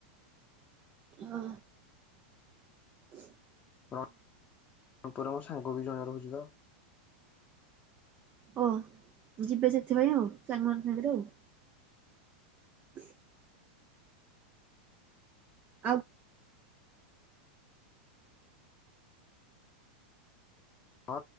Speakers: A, on the right; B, on the left.
A: ହଁ। <inaudible>
B: ହଁ ଉପରେ ମୋ ସାଙ୍ଗ ବି ଜଣେ ରହୁଛି ତ।
A: ଓ ଯିବେ ଯେତେବେଳେ ଆଉ, ସାଙ୍ଗମାନଙ୍କସାଙ୍ଗରେ ଆଉ। <inaudible> ଆଉ।
B: ହଁ